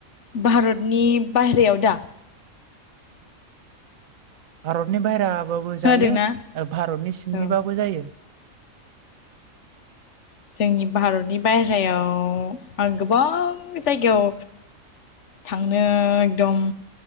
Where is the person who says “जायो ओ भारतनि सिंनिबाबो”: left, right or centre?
Right